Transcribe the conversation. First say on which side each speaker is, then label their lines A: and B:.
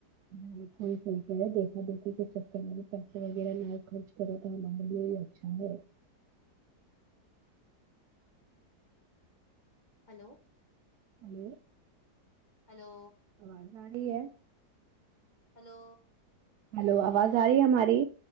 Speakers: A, on the right; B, on the left.
A: بالکل صحیح ہے دیکھا دیکھے کہ چر میں پیسے وغیرہ نہ خرچ کرو تو ہمارے لیے چاہے
B: ہلو
A: ہلو
B: ہلو
A: آواز آرہی ہے
B: ہلو
A: ہلو آواز آ رہی ہے ہماری